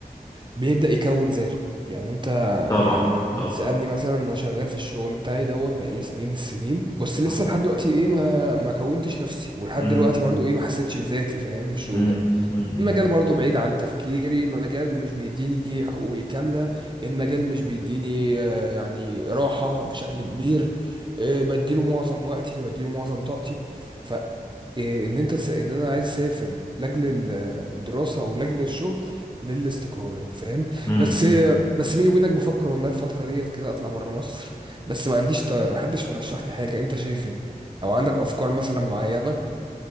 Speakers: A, on the right; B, on the left.
A: بيبدأ يكون ذاته يعني انت
B: طبعا
A: يعني لو تيجي
B: طبعا
A: تسألني مثلا انا شغال في الشغل بتاعي دوت بقالي سنين السنين بس لسه
B: طبعا
A: لحد دلوقتي ايه ما ما كونتش نفسي ولحد
B: امم
A: دلوقتي برضو ايه ما حسيتش بذاتي فاهم في الشغل
B: امم
A: ده
B: امم
A: المجال برضه بعيد عن تفكيري المجال مش بيديني حقوقي كاملة المجال مش بيديني آه، يعني راحة بشكل كبير آه، بديله معظم وقتي واديله معظم طاقتي ف آه، ان انت س- ان انا عايز اسافر لاجل ال- الدراسة ولاجل الشغل للاستقرار انت فاهم
B: أمم.
A: بس
B: أمم.
A: آه، بس بيني وبينك بفكر والله الفترة ديت كده اطلع بره مصر بس ما عنديش ط- محدش مرشح لي حاجة انت شايف ايه او عندك افكار مثلا معينة